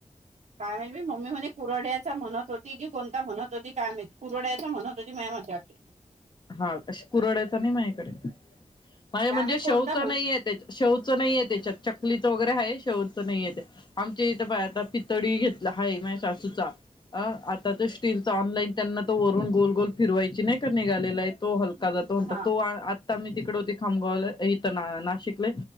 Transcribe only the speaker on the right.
काय माहित मम्मी म्हणे कुरड्याचा म्हणत होती की कोणता म्हणत होती काय माहित कुरड्याचा म्हणत होती म म्हणे वाटते.
काय माहित
कोणता म्हण
हा